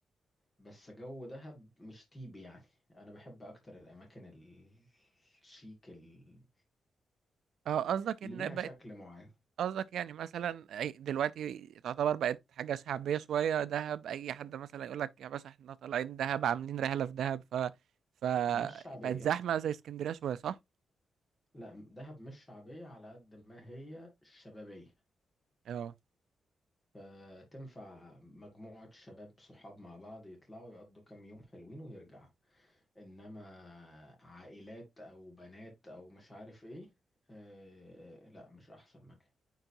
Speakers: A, on the left; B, on the right.
A: بس جو دهب مش تيبي يعني أنا بحب أكتر الأماكن ال- الشيك ال-
B: آه، قصدك
A: اللي
B: ان
A: ليها
B: بقت
A: شكل معين
B: قصدك يعني مثلا أي- دلوقتي تعتبر بقت حاجة شعبية شوية دهب اي حد مثلا يقول لك يا باشا احنا طالعين دهب عاملين رحلة في دهب ف فبقت
A: مش شعبية
B: زحمة زي اسكندرية شوية صح؟
A: لا دهب مش شعبية على قد ما هي شبابية
B: اه
A: فتنفع مجموعة شباب صحاب مع بعض يطلعوا يقضوا كام يوم حلوين ويرجعوا انما عائلات او بنات او مش عارف ايه آه لا مش احسن مكان